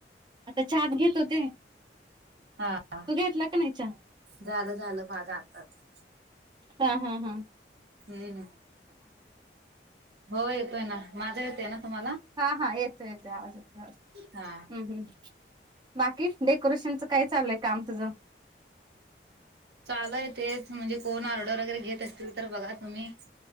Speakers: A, on the right; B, on the right.
A: आता चहाच घेत होते.
B: हा हा,
A: तू घेतला का नाही चहा
B: झालं झालं माज आताच.
A: हा हां हां.
B: हम्म, हो येतोय ना, माझा येतोय ना तुम्हाला?
A: हा हा येतोय येतोय आवाज, येतोय आवाज
B: हा
A: हम्म हम्म. बाकी, डेकोरेशनचं काय चालूय काम तुझं?
B: चालुय तेच, म्हणजे कोण ऑर्डर वगैरे घेत असतील तर बघा तुम्ही?